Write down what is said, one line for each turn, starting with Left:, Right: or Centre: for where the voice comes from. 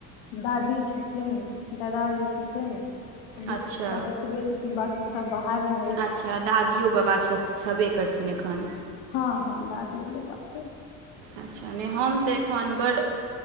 Left: दादी छथिन दादाजी छथिन अभी
Right: अच्छा
Left: तऽ पस एतबे छथिन तऽ बकी सब बाहर रहैछ
Right: अच्छा दादियो बाबा छ छेबे करथिन एखन
Left: हँ हँ दादियो बबा छै
Right: अच्छा नहि हम तऽ एखन बड्